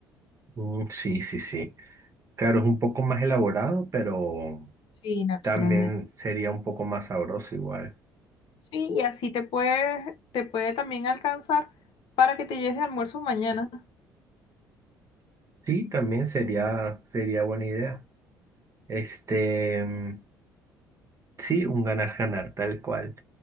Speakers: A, on the right; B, on the left.
A: Mm, sí, sí, sí. Claro, es un poco más elaborado, pero
B: Sí, naturalmente.
A: también sería un poco más sabroso igual.
B: Sí, y así te puedes, te puede también alcanzar para que te lleves de almuerzo mañana.
A: Sí, también sería, sería buena idea. Este, mm, sí, un ganar-ganar, tal cual.